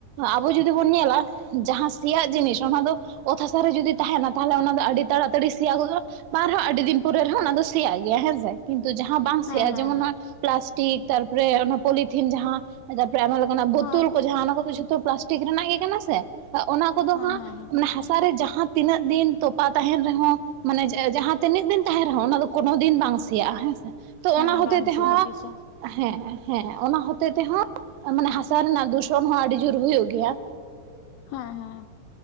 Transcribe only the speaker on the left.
ᱦᱮᱸ
ᱦᱮᱸ
ᱦᱮᱸ
ᱦᱮᱸ
ᱦᱮᱸ
ᱦᱮᱸ
ᱦᱮᱸ ᱦᱮᱸ
ᱦᱮᱸ
ᱵᱟᱝ
ᱥᱮᱭᱟ ᱫᱤᱥᱚᱢ
ᱦᱮᱸ ᱦᱮᱸ